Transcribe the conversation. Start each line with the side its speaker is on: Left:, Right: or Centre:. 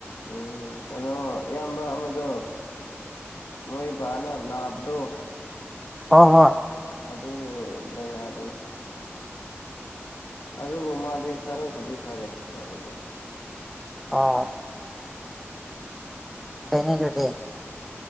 Left: ꯎꯝ ꯀꯩꯅꯣ ꯏꯌꯥꯝꯕ ꯑꯃꯗꯣ ꯃꯣꯏ ꯕꯥꯅ ꯅꯥ ꯗꯣ
Centre: ꯑ ꯍ
Left: ꯑꯗꯨꯒꯤ ꯂꯥꯏꯅꯥꯗꯨꯅꯤ ꯑꯗꯨꯕꯨ ꯃꯥꯗꯤ ꯈꯔꯕꯨꯗꯤ ꯐꯔꯦ ꯃꯥꯕꯨꯗꯤ
Centre: ꯑꯥ ꯀꯩꯅ ꯑꯗꯨꯗꯤꯦ